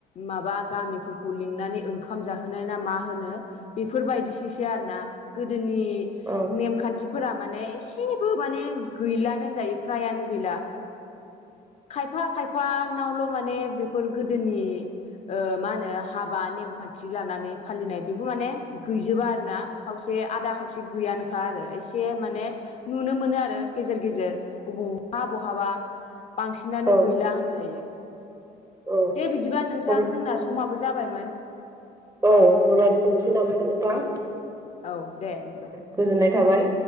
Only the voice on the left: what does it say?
माबा गामिफोरखौ लिंनानै ओंखाम जाहोनाय ना मा होनो बेफोरबायदिसैसो आरोना गोदोनि
नेमखान्थिफोरा माने एसेबो माने गैलानो होनजायो फ्राइयानो गैला।
खायफा खायफा नावल' माने बेफोर गोदोनि ओ मा होनो हाबा नेमखान्थि लानानै फालिनाय बेबो माने गैजोबा आरोना खावसे आदा खावसे गैयानोखा आरो एसे माने नुनो मोनो आरो गेजेर गेजेर अबावबा बहाबा बांसिनानो
गैला होनजायो
दे बिदिब्ला नोंथां
जोंना समाबो जाबायमोन
औ दे बिदिबा